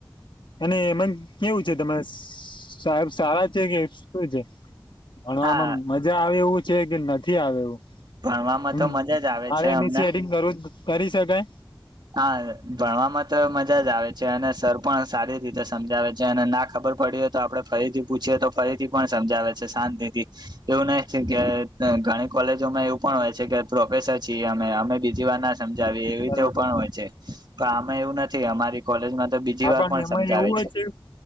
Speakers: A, on the left; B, on the right.
A: અને એમાં કેવું છે તમે સાહેબ સારા છે કે. શું છે ભણવામાં
B: હા
A: મજા આવે એવું છે કે નથી આવે એવું.
B: ભણવામાં
A: <unintelligible>
B: તો મજા જ આવે છે અમને
A: કરવું કરી શકાય.
B: હા ભણવામાં તો મજા જ આવે છે અને સર પણ સારી રીતે સમજાવે છે અને ના ખબર. ખબર પડી હો તો આપડે ફરીથી પુછીએ તો ફરીથી પણ સમજાવે છે શાંતિથી એવું નહી કે. ઘણી કોલેજોમાં એવું પણ હોય છે કે પ્રોફેસર છીએ અમે અમે બીજી વાર ના. સમજાવી એવી
A: બરાબર
B: તો પણ હોય છે પણ આમે એવું નથી અમારી કોલેજમાં. તો બીજી
A: હા
B: વાર
A: પણ એમાં
B: સમજાવે
A: એવું હો છે